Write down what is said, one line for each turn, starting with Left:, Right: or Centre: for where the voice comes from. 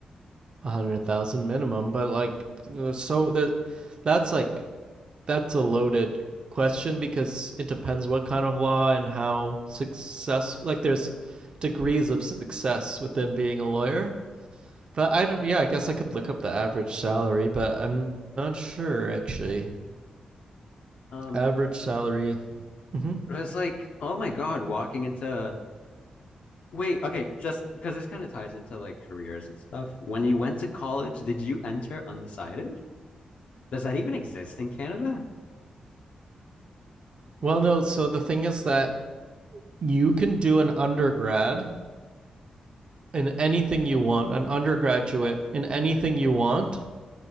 Right: a hundred thousand minimum, but like, uh, so there, that's like that's a loaded question because it depends what kind of law and how success. Like, there's degrees of success within being a lawyer. But I don't. Yeah, I guess I could look up the average salary, but I'm not sure actually.
Left: Um,
Right: Average
Left: like
Right: salary. hmm
Left: it was like, oh my god, walking into wait, okay, just because this kind of ties into like careers and stuff. When you went to college, did you enter undecided? Does that even exist in Canada?
Right: Well, no. So the thing is that you can do an undergrad in anything you want, an undergraduate in anything you want,